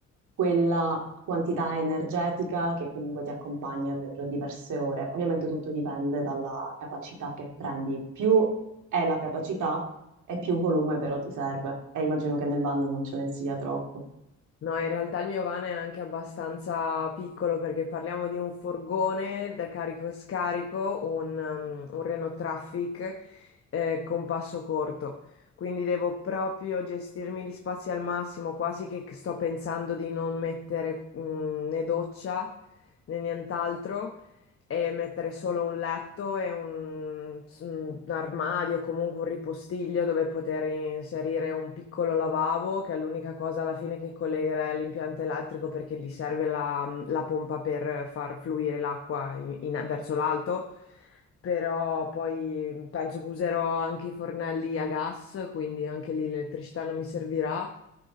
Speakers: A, on the right (about 75°); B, on the left (about 45°).
A: quella quantità energetica che comunque ti accompagna per diverse ore. Ovviamente tutto dipende dalla capacità che prendi. Più è la capacità e più volume però ti serve. E immagino che nel van non ce ne sia troppo.
B: No, in realtà il mio van è anche abbastanza piccolo perché parliamo di un furgone da carico e scarico, un, um, un Renault Traffic eh, con passo corto. Quindi devo proprio gestirmi gli spazi al massimo, quasi che sto pensando di non mettere mm, né doccia né nient'altro e mettere solo un letto e un, un armadio, comunque un ripostiglio dove poter inserire un piccolo lavabo, che è l'unica cosa alla fine che collegherai all'impianto elettrico perché gli serve la, la pompa per far fluire l'acqua in- in- verso l'alto. Però poi penso che userò anche i fornelli a gas, quindi anche lì l'elettricità non mi servirà.